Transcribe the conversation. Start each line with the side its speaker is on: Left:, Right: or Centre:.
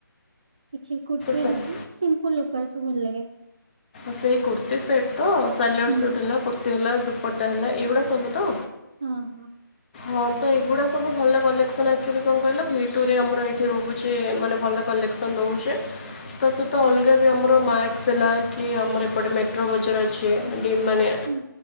Right: କିଛି କୁର୍ତ୍ତୀ
Left: ତ
Right: ଟାଇପ ସିମ୍ପୁଲ ଲୋକ ସବୁ ଭଲ ଲାଗେ।
Left: ସେଇ କୁର୍ତ୍ତୀ ସେଟ୍ ତ ସାଲୱାର
Right: ହୁଁ
Left: ସୁଟ୍ ହେଲା କୁର୍ତ୍ତୀ ହେଲା ଦୁପଟା ହେଲା ଏଇଗୁଡା ସବୁ ତ।
Right: ହଁ ହଁ।
Left: ହଁ ତ ଏଇଗୁଡା ସବୁ ଭଲ କଲେସନ ଆକ୍ଚୁଆଲି କଣ କହିଲ ଭି ଟୁରେ ଆମର ଏଇଠି ରହୁଛି ମାନେ ଭଲ କଲେ କଲେକ୍ସନ ରହୁଛି।
Right: <unintelligible>
Left: ତା ସହିତ
Right: ହଁ
Left: ଅଲଗା ବି ଆମର ମାକ୍ସ ହେଲା କି ଆମର ଏପଟେ ମେଟ୍ରୋ ବଜାର ଅଛି ମାନେ
Right: ହୁଁ